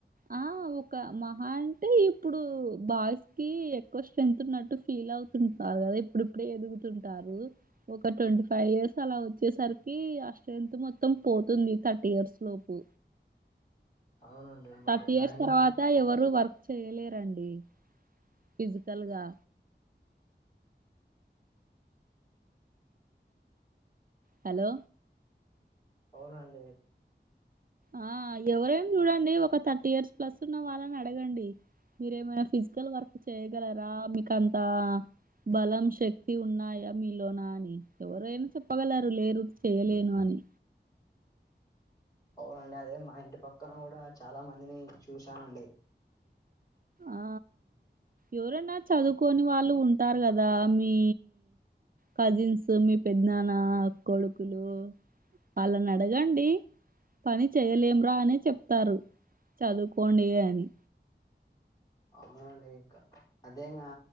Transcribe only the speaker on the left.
అవునండి మరి
ఆయన
అవునండి
అవునండి అదే మా ఇంటి పక్కన కూడా చాలా మందిని చూశానండి
అవునండి ఇక అదేంగా